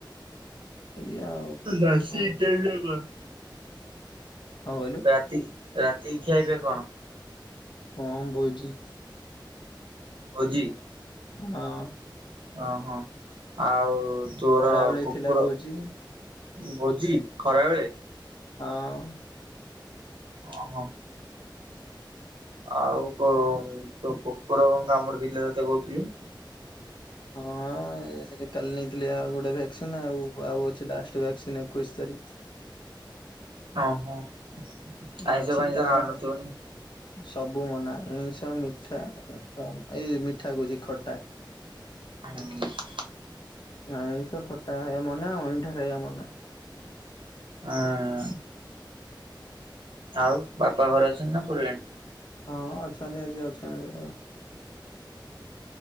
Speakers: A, on the left; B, on the right.
A: ଏଇଆ ଆଉ। କଣ
B: ତୋ ଦାଶି କେ ଦବ
A: କହିଲୁ
B: ରାତି ରାତିକି ଖିଆପିଆ କଣ?
A: କଣ ଭୋଜି।
B: ଭୋଜି?
A: ହଁ।
B: ଅହଁ ଆଉ ତୋର
A: ଖରାବେଳେ
B: କୁକୁର
A: ଥିଲା ଭୋଜି।
B: ଭୋଜି ଖରାବେଳେ
A: ହଁ।
B: ଅହଁ। ଆଉ କୋ ତୋ କୁକୁର କଣ କାମୁଡିଦେଇଥିଲା ତତେ କହୁଥିଲୁ।
A: ହଁ ଏ ଏ ସେଠି କାଲି ନେଇଥିଲି ଆଉ ଗୋଟେ ଭାକ୍ସିନ୍ ଆଉ ଆଉ ଅଛି ଲାଷ୍ଟ ଭାକ୍ସିନ୍ ଏକୋଇଶ ତାରିକ।
B: ଓହୋ ଆଇଁଷ
A: ଅଛି
B: ଫାଇଁଷ
A: ତାର
B: ଖାଉନଥିବ ନୁହେଁ?
A: ସବୁ ମନା ଆଇଁଷ ମିଠା ଆ ଏଇ ମିଠା କୋହୁଚି ଖଟା।
B: <unintelligible>
A: ଆଇଁଷ ଖଟା ଖାଇବା ମନା ଅଇଁଠା ଖାଇବା ମନା।
B: ଆଁ ଆଉ ବାପା ଘରେ ଅଛନ୍ତି ନା ପଳେଲେଣି?
A: ହଁ ଅଛନ୍ତି ଆଜି ଅଛନ୍ତି। <unintelligible>